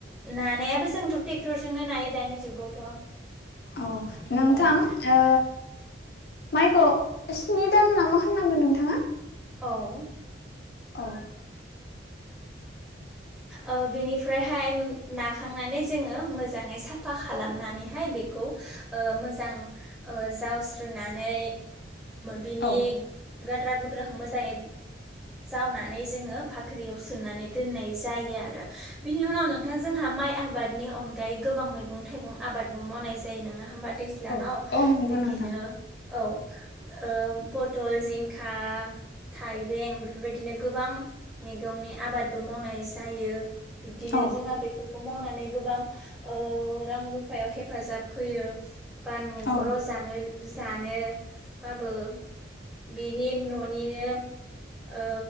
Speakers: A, in the centre; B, on the left.
A: नानायाबो जोंथ' ट्रेक्टरजोंनो नायो दानि जुगावथ'
B: औ नोंथां
A: औ
B: ओ माइखौ स्नि दान नामा होनदोंमोन नोंथाङा?
A: औ
B: औ <inaudible>
A: औ बिनिफ्रायहाय नाखांनानै जोङो मोजाङै साफा खालामनानैहाय बेखौ ओ मोजां ओ जावस्रोनानै बिनि
B: औ
A: गाद्रा गुद्राखौ मोजाङै जावनानै जोङो बाख्रियाव सोनानै दोननाय जायो आरो बिनि उनाव नोंथां जोंहा माइ आबाद नि अनगायै गोबां मैगं थाइगं आबादबो मावनाय जायो नङा होमबा दैज्लाङाव
B: औ औ नंगौ
A: बिदिनो
B: नोंथां
A: औ ओ पथल जिंखा थाइबें बेफोरबायदिनो गोबां मैगंनि आबादबो मावनाय जा जायो बिब्दिनो
B: औ
A: जोंहा बेफोर मावनानै गोबां ओ रां रुफायाव हेफाजाब होयो बा न'खराव
B: औ
A: जानो जानो बाबो बिनि न'निनो ओ